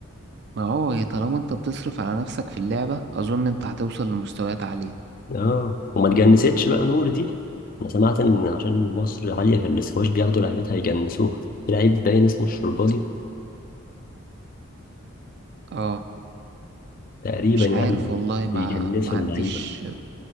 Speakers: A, on the right; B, on the left.
A: ما اه هي طالما انت بتصرف على نفسك في اللعبة اظن انت هتوصل لمستويات عالية
B: اه وما تجنستش بقى نور دي أنا سمعت إن عشان مصر عالية في الاسكواش بياخدوا لعيبتها يجنسوها في لعيب باين اسمه الشربالي
A: اه
B: تقريبا
A: مش
B: يعني
A: عارف
B: بي-
A: والله
B: بيجنسوا
A: ما ما عنديش
B: اللعيبة